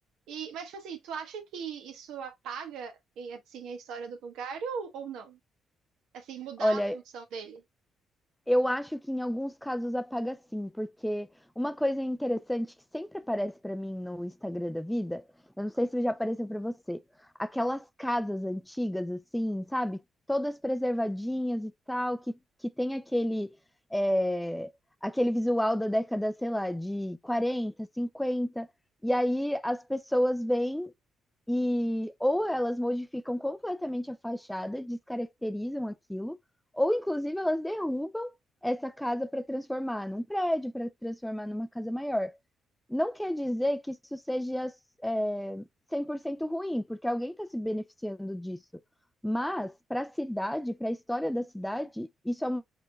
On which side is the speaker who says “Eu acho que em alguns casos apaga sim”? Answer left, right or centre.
Centre